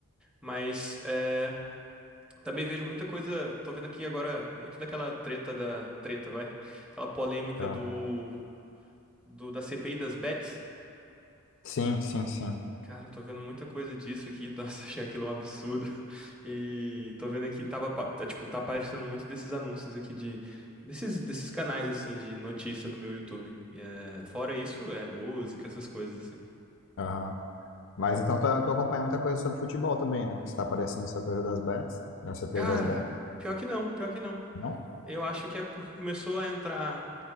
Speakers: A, in the centre; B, on the left.
A: Mas é, também vejo muita coisa. Tô vendo aqui agora muito daquela treta da treta, vai. Aquela polêmica
B: aham.
A: do, do da CPI das bets.
B: Sim, sim, sim.
A: Cara, eu tô vendo muita coisa disso aqui. <laughs> Nossa, achei aquilo um absurdo. E tô vendo aqui, tava, pa- tá, tipo, tá aparecendo muito desses anúncios aqui de, desses, desses canais, assim, de notícia no meu YouTube. E, é, fora isso, é música, essas coisas, assim.
B: Aham. Mas então tu, tu acompanha muita coisa sobre futebol também, né? Porque Você tá aparecendo essa coisa das bets, da CPI
A: Cara,
B: das bets,
A: pior que não, pior que não.
B: não?
A: Eu acho que é porque começou a entrar,